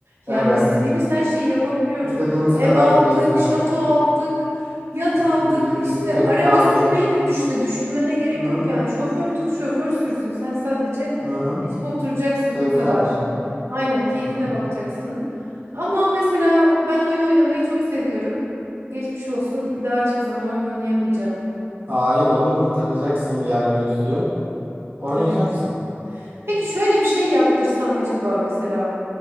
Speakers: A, on the right; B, on the right.
A: Yani
B: Evet
A: istediğimiz her şeyi yapabiliyoruz.
B: İstediğimiz
A: Ev
B: kadar
A: aldık,
B: bilezik.
A: şato
B: Hı hı.
A: aldık, yat
B: Hı
A: aldık.
B: hı. Ge-
A: İşte
B: de- Tekne
A: araba
B: aldık.
A: sürmeyi
B: Hı
A: de düşte düşünmene gerek
B: hı.
A: yok yani. Şoför tut, şoför sürsün. Sen sadece
B: Hı hı.
A: geçip oturacaksın
B: Keyfine
A: bu kadar.
B: bak.
A: Aynen keyfine
B: Hı hı.
A: bakacaksın. Ama mesela ben oyun oynamayı çok seviyorum. Geçmiş olsun. Bir daha hiçbir zaman oyun oynayamayacağım.
B: Hayır olur mu? Takacaksın VR gözlüğü. Oynayacaksın.
A: Evet. Peki şöyle bir şey yaptırsam acaba mesela